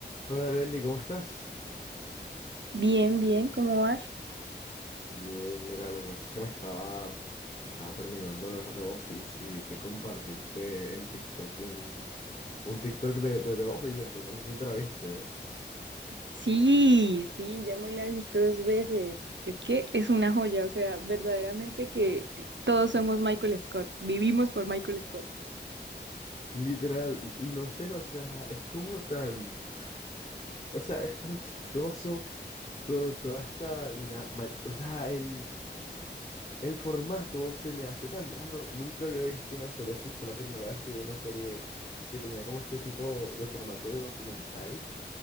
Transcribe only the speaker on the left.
Hola Leslie, ¿cómo estás?
Bien, mira, lo que pasa es que me estaba, me estaba terminando de ver The Office y vi que compartiste en TikTok un, un TikTok de, de The Office, entonces no sé si te la viste.
Literal, y no sé, o sea, es como tan, o sea, es tan chistoso todo, toda esta dinámica, o sea, el, el formato se me hace tan raro, nunca había visto una serie así, fue la primera vez que vi una serie que tenía como este tipo de formato de documental.